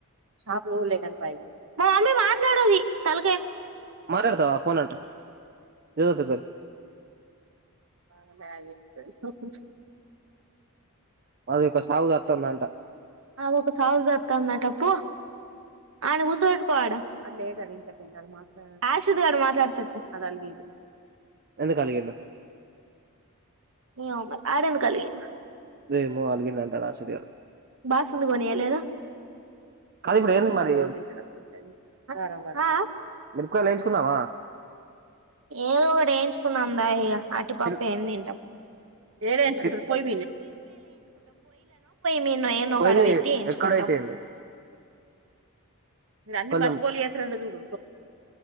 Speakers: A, on the right (about 60°); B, on the right (about 45°).
A: షాపు లోలే కని పయ్ మా మమ్మీ మాట్లాడది తల
B: మాట్లతావ ఫోన్ అంట జోతత్త తోని
A: ఆగు ఇత్తను
B: అది ఒక సావు సత్తందంట
A: ఆమె ఒక సావు సత్తాంది అట పో ఆయన కూసోవెట్టుకో అది లేదు అది ఇంట్లోకి పోయింది అది మాట్లడ ఆషు గాడు మాట్లాడతాడు పో ఆడు అలిగిడు
B: ఎందుకు అలిగిండు.
A: ఏమో మరి ఆడేందుకు అలిగిండు
B: ఏమో అలిగిండు అంట ఆసిద్ద్ గాడు
A: బాస్ ఉంది గొనీయలేదా
B: కాదు
A: ఎందుకని
B: ఇప్పుడు ఏంది మరి
A: ఆ తొల్ తీయించాడు అక్కడికైన వారం వారం ఆ ఆ
B: మీరపకాయలు ఎంచుకున్నావ
A: ఏదో ఒకటి ఎయించుకుందం దా ఇగ అటిపప్ప
B: సిల్
A: ఏం తింటాం ఏమ్ ఏంచుకుంటారు
B: సిల్-
A: పొయ్యి మీదన నేను
B: పొయ్యి
A: ఒకడ
B: మీ
A: పెట్టి ఏయించుకుంటాం
B: ఎక్కడైతే ఏంది
A: మీరు అన్ని
B: కొంచెం
A: మషబోలి ఏతరంట జూడు